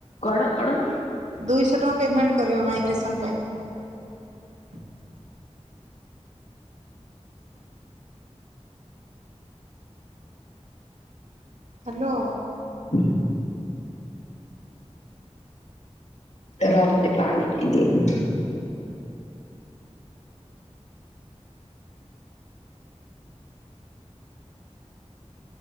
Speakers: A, on the left; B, on the right.
A: କଣ କଣ?
B: ଦୁଇଶହ ଟଙ୍କା ପେମେଣ୍ଟ କରିବ ମାଇଗ୍ରେସନ୍ ପାଇଁ। ହ୍ୟାଲୋ।
A: <inaudible> ରହ ମୁଁ ଟିକେ ପାଣି ପି ଦିଏ।